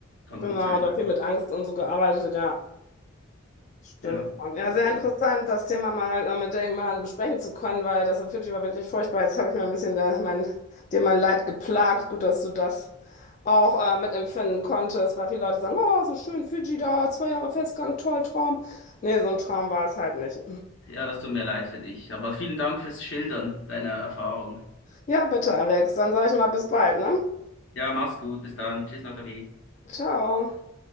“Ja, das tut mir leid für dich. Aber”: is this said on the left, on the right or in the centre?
Left